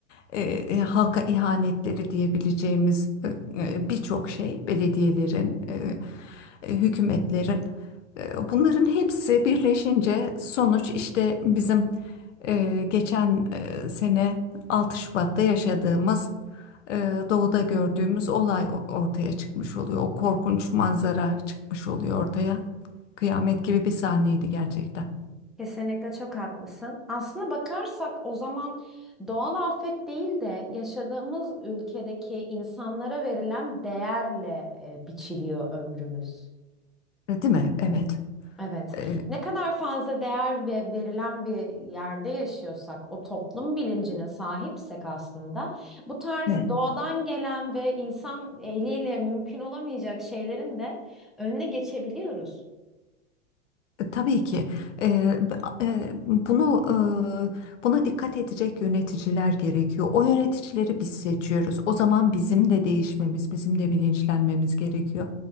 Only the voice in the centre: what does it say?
Kesinlikle çok haklısın. Aslına bakarsak o zaman doğal afet değil de yaşadığımız ülkedeki insanlara verilen değerle e, biçiliyor ömrümüz.
Evet.
Ne kadar fazla değer ve verilen bir yerde yaşıyorsak, o toplum bilincine sahipsek aslında, bu tarz
doğadan gelen ve insan eliyle mümkün olamayacak şeylerin de önüne geçebiliyoruz.